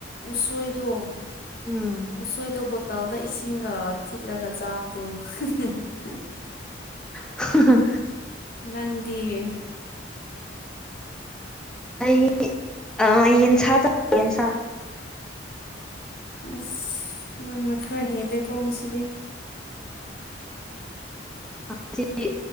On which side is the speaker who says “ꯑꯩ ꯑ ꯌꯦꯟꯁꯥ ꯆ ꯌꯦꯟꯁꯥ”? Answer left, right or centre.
Centre